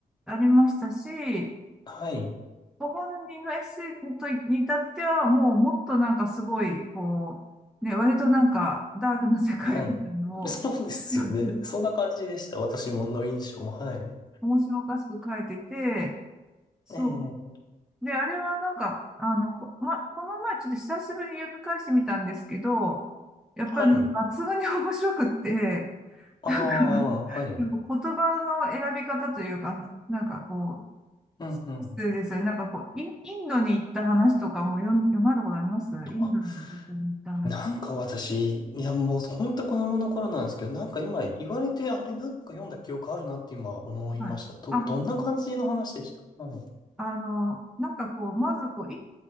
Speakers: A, in the centre; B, on the left.
A: ありましたし、
B: はい、
A: ご本人のエッセイとに至っては、もうもっとなんかすごい、こう、ね、割となんかダークな世界みたいなのを、
B: はい。そうですよね。
A: <laughs>
B: そんな感じでした。私もの印象も。はい。
A: 面白おかしく書いてて、そう
B: ええ
A: で、あれはなんか、あの、こ、ま、この前ちょっと久しぶりに読み返してみたんですけど、やっぱり抜群に面白くって、
B: はい。
A: <laughs>
B: ああ、はい。
A: なんか言葉の選び方というか、なんかこう、
B: うん、
A: そうですよね。
B: うん。
A: なんかこう、イン、インドに行った話とかも読み、読まれたことありますインドに旅行に行った話とか。
B: あ、なんか私、いやもう本当子供の頃なんですけど、なんか今言われて、あれなんか読んだ記憶あるなって今思いました。
A: はい。
B: ど、
A: あ
B: どんな感じの話でしたはい。
A: あの、なんかこう、まずこう、イイン